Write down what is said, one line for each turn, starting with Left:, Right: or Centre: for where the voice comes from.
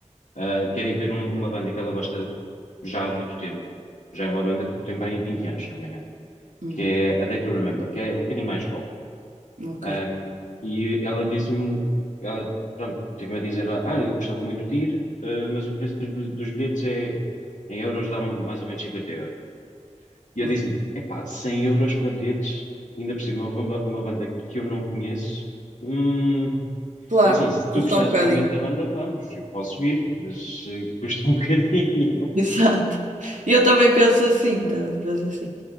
Left: Uh, quer ir ver um- uma banda que ela gosta já há muito tempo. Já é uma banda que tem bem 20 anos, se não me engano.
Right: Uhum,
Left: Que é A Day to Remember, que é um bocadinho mais rock.
Right: ok,
Left: Um, e ela disse-me, ela, pronto, teve-me a dizer, ah, eu gostava muito de ir, uh, mas o preço dos bilhe- dos bilhetes é, em euros dá-me mais ou menos 50 euros. E
Right: boa.
Left: eu disse-lhe, epá, 100 euros para bilhetes, ainda por cima uma, uma banda que eu não conheço, hum,
Right: Claro,
Left: é assim, se tu
Right: custa
Left: gostares
Right: um bocadinho.
Left: realmente da banda, vamos, eu posso ir, mas eh, custa um <laughs> bocadinho.
Right: <laughs> Exato. Eu também penso assim, também penso assim.